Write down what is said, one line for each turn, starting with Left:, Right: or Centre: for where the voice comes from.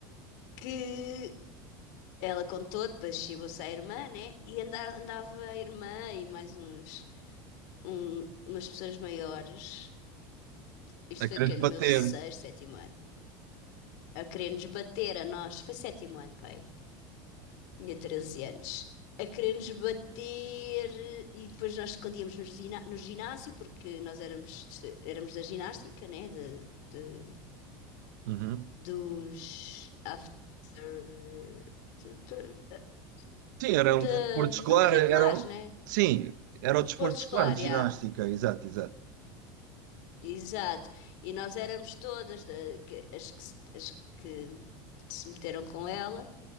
Left: que ela contou, depois chibou-se à irmã, né? E anda- andava a irmã e mais uns, um- umas pessoas maiores. Isto
Right: A
Left: foi
Right: querer
Left: o quê? No
Right: bater.
Left: meu sexto, sétimo ano. A querer-nos bater a nós. Foi sétimo ano, pai. tinha 13 anos, a querer-nos bater e depois nós escondíamos nos giná- no ginásio, porque nós éramos, éramos da ginástica, né? De, de-
Right: Uhum.
Left: dos after. de-
Right: Sim, era
Left: de-
Right: um desporto
Left: não
Right: escolar,
Left: curriculares,
Right: era, um-
Left: né?
Right: sim, era o desporto
Left: Porto escolar,
Right: escolar de
Left: já.
Right: ginástica, exato, exato.
Left: Exato. E nós éramos todas da- que- as que, se- as que se meteram com ela.